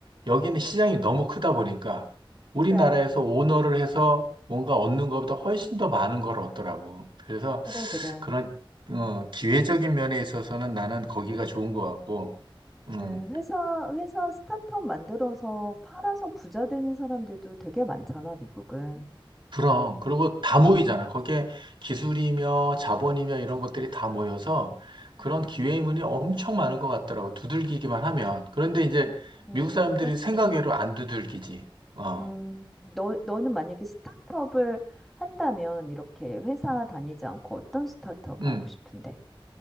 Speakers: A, on the right (about 60°); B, in the centre.
A: 여기는 시장이 너무 크다 보니까, 우리나라에서
B: 그래,
A: 오너를 해서 뭔가 얻는 것보다 훨씬 더 많은 걸 얻더라고. 그래서
B: 그래, 그래.
A: 그런 어, 기회적인 면에 있어서는 나는 거기가 좋은 것 같고,
B: 그래.
A: 음,
B: 회사, 회사 스타트업 만들어서 팔아서 부자 되는 사람들도 되게 많잖아, 미국은.
A: 그럼 그리고 다 모이잖아. 거기에 기술이며 자본이며 이런 것들이 다 모여서 그런
B: 음, 음,
A: 기회의문이
B: 음.
A: 엄청 많은 것 같더라고. 두들기기만 하면. 그런데 이제
B: 그래. 음,
A: 미국 사람들이
B: 그렇지.
A: 생각외로 안 두들기지. 어,
B: 음, 너, 너는 만약에 스타트업을 한다면 이렇게 회사 다니지 않고 어떤 스타트업
A: 음.
B: 하고 싶은데?